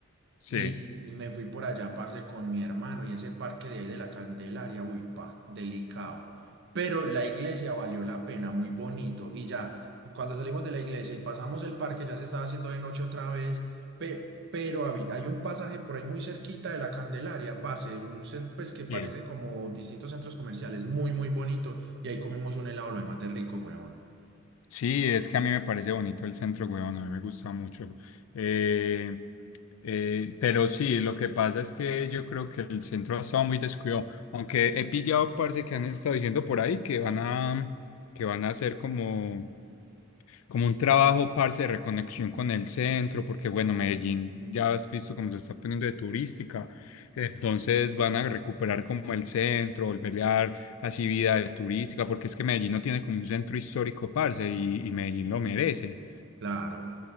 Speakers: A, on the left; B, on the right.
A: Sí,
B: Y me fui por allá, parce, con mi hermano y ese parque de ahí de la Candelaria, uy, pa, delicado. Pero la iglesia valió la pena, muy bonito. Y ya, cuando salimos de la iglesia y pasamos el parque, ya se estaba haciendo de noche otra vez, pe- pero habí- hay un pasaje por ahí muy cerquita de la Candelaria, parce, un, cen- pues que parecen
A: sí.
B: como distintos centros comerciales, muy, muy bonito. Y ahí comimos un helado, lo demás de rico, weón.
A: Sí, es que a mí me parece bonito el centro, weón, a mí me gusta mucho. Eh, eh, pero sí, lo que pasa es que yo creo que el centro ha estado muy descuidado, aunque he pillado, parce, que han estado diciendo por ahí que van a, que van a hacer como como un trabajo, parce, de reconexión con el centro, porque bueno, Medellín ya has visto cómo se está poniendo de turística, entonces van a recuperar como el centro, volverle a dar así vida de turística, porque es que Medellín no tiene como un centro histórico, parce, y, y Medellín lo merece.
B: Claro.